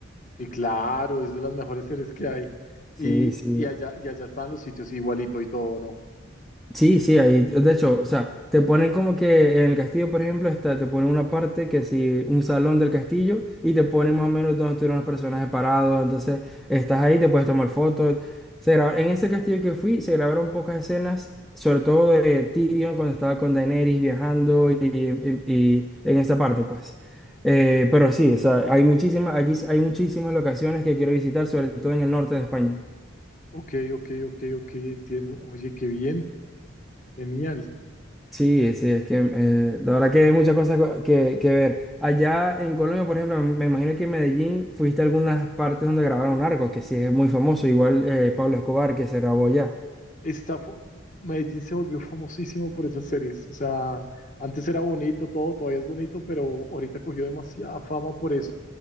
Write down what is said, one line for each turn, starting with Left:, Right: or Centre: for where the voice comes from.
Left: Sí, claro, es de las mejores series que hay.
Centre: Sí,
Left: Y,
Centre: sí.
Left: y allá, y allá están los sitios igualito y todo, ¿no?
Centre: Sí, sí, ahí, de hecho, o sea, te ponen como que en el castillo, por ejemplo, está, te ponen una parte que si un salón del castillo y te ponen más o menos donde estuvieron los personajes parados, entonces estás ahí, te puedes tomar fotos. Se gra- en ese castillo que fui se grabaron pocas escenas, sobre todo de Tyrion cuando estaba con Daenerys viajando y, y- y en esa parte, pues. Eh, pero sí, o sea, hay muchísimas, aquí hay muchísimas locaciones que quiero visitar, sobre todo en el norte de España.
Left: Ok, ok, ok, ok, entiendo. Oye, qué bien, genial.
Centre: Sí, sí, es que eh, la verdad que hay muchas cosas co- que, que ver. Allá en Colombia, por ejemplo, me imagino que en Medellín fuiste a algunas partes donde grabaron Narcos, que sí es muy famoso, igual eh, Pablo Escobar, que se grabó allá.
Left: está, fo- Medellín se volvió famosísimo por esas series. O sea, antes era bonito todo, todavía es bonito, pero ahorita cogió demasiada fama por eso.